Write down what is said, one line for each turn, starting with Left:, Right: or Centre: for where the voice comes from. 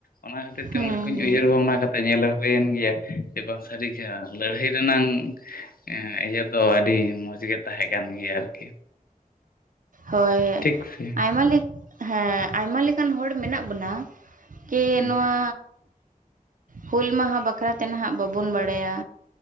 Left: ᱚᱱᱟ ᱠᱷᱟᱹ ᱛᱤᱨ ᱛᱮ
Right: ᱦᱩᱸ
Left: ᱚᱱᱟ ᱠᱚᱧ
Right: ᱦᱩᱸ
Left: ᱩᱭᱦᱟᱹᱨ ᱵᱷᱟᱵᱽᱱᱟ ᱡᱚᱝ- ᱛᱮ ᱧᱮᱞᱚ ᱦᱩᱭᱮᱱ ᱜᱮᱭᱟ ᱡᱮ ᱵᱟᱝ ᱥᱟᱹᱨᱤ ᱜᱮᱭᱟ ᱞᱟᱹᱲᱦᱟᱹᱭ ᱨᱮᱱᱟᱝ ᱮᱸ ᱤᱭᱟᱹ ᱫᱚ ᱟᱹᱰᱤ ᱢᱚᱡᱽ ᱜᱮ ᱛᱟᱦᱮᱸ ᱠᱟᱱ ᱜᱮᱭᱟ ᱟᱨᱠᱤ
Right: ᱦᱳᱭ
Left: ᱴᱷᱤᱠ ᱥᱮ
Right: ᱟᱭᱢᱟ ᱞᱤᱠ ᱦᱮᱸ ᱟᱭᱢᱟ ᱞᱮᱠᱟᱱ ᱦᱚᱲ ᱢᱮᱱᱟᱜ ᱵᱚᱱᱟ, ᱜᱮ
Left: ᱦᱩᱸ
Right: ᱱᱚᱣᱟ ᱦᱩᱞ ᱢᱟᱦᱟ ᱵᱟᱠᱷᱨᱟ ᱛᱮ ᱱᱷᱟᱸᱜ ᱵᱟᱵᱚᱱ ᱵᱟᱲᱟᱭᱟ